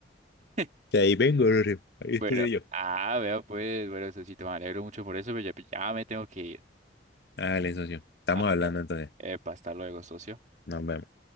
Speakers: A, on the right; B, on the left.
A: <laughs>
B: Que ahí vengo, socio. Ahí estudio
A: Pero,
B: yo.
A: ah, vea pues, bueno, socito, me alegro mucho por eso, pero ya, ya me tengo que ir.
B: Hágale, socio. Estamos
A: Hasta,
B: hablando entonces.
A: epa, hasta luego, socio.
B: Nos vemos.